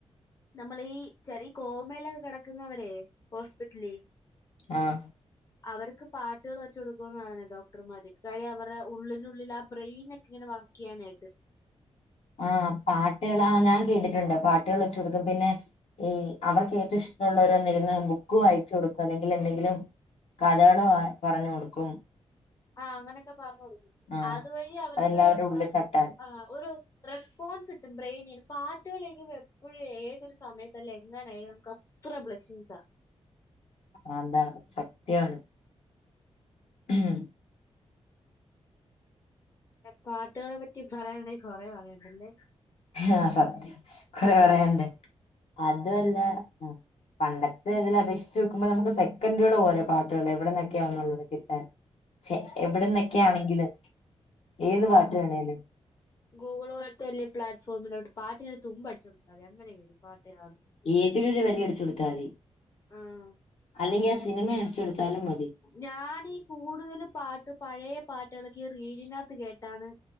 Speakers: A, on the left; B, on the left.
A: നമ്മള് ഈ ചെറിയ കോമയിലൊക്കെ കിടക്കുന്നവരെ ഹോസ്പിറ്റലി
B: ആഹ്
A: അവർക്ക് പാട്ടുകൾ വെച്ച് കൊടുക്കോന്ന് പറയുന്നകേക്കാം ഡോക്ടർമാര് കാര്യം അവരുടെ ഉള്ളിനുള്ളിൽ ആ ബ്രെയിനെ ഇങ്ങനെ വർക്ക് ചെയ്യാനായിട്ട്
B: ആഹ് പാട്ടുകൾ ആ ഞാൻ കേട്ടിട്ടുണ്ട് പാട്ടുകൾ വെച്ച് കൊടുക്കും പിന്നെ ഈ അവർക്ക് ഏറ്റവും ഇഷ്ടമുള്ളവര് വന്നിരുന്ന് ബുക്ക് വായിച്ചു കൊടുക്കും അല്ലെങ്കിൽ എന്തെങ്കിലും കഥകള് പറഞ്ഞു കൊടുക്കും
A: ആഹ് അങ്ങനെയൊക്കെ പറഞ്ഞോടുക്കും
B: ആഹ്
A: അതുവഴി അവർക്ക്
B: അതെല്ലാവരുടെ ഉള്ളിൽ
A: നൽ
B: തട്ടാൻ
A: ആഹ് ഒരു റെസ്പോൺസ് കിട്ടും ബ്രെയിനിന് പാട്ടുകളിനി എപ്പോഴും ഏതൊരു സമയതായാലും എങ്ങനെയായാലും ക്ക ഇത്ര ബ്ലെസ്സിങ്സാ
B: അതാണ് സത്യാണ് ഉം
A: പാട്ടുകളെ പറ്റി പറയാണെങ്കിൽ കൊറെ പറയാനുണ്ടല്ലേ
B: ആഹ് സത്യ കൊറെ പറയാന്ണ്ട് അതുവല്ല ആഹ് പണ്ടത്തെ ഇതിൽ അപേക്ഷിച്ച് നോ ക്കുമ്പോ നമുക്ക് സെക്കൻഡുകൾ പോരെ പാട്ടുകൾ എവിടെന്നൊക്കെയാന്നുള്ളത് കിട്ടാൻ എവിടന്നൊക്കെയാണെങ്കിലും ഏത് പാട്ട് വേണേലും
A: ഗൂഗിൾ പോലത്ത് വലിയ പ്ലാറ്റ്ഫോമിലോട്ട് പാട്ടിന്റെ ഒരു തുമ്പടിച്ചു കൊടുത്താ മതി അന്നേരെ വരും പാട്ടേതാണ്
B: ഏതിലും ഒരു വരി അടിച്ചു കൊടുത്താമതി
A: ആഹ്
B: അല്ലെങ്കി ആ സിനിമ അടിച്ചൊടുത്താലും മതി
A: ഞാനീ കൂടുതല് പാട്ട് പഴയ പാട്ടുകളൊക്കെ ഈ റീലിനകത്ത് കേട്ടാണ്